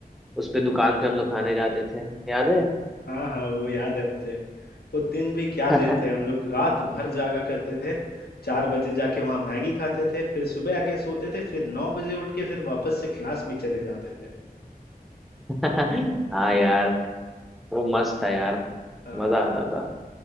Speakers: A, in the centre; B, on the left.
A: उस पे दुकान पे हम लोग खाने जाते थे याद है
B: हाँ हाँ वो याद है मुझे वो दिन भी क्या
A: <laughs>
B: दिन थे हम लोग रात भर जागा करते थे चार बजे जाके वहाँ मैगी खाते थे फिर सुबह आके सोते थे फिर नौ बजे उठ के फिर वापस से क्लास भी चले जाते थे
A: हाँ
B: <laughs>
A: यार वो मस्त था यार
B: हाँ,
A: मजा आता था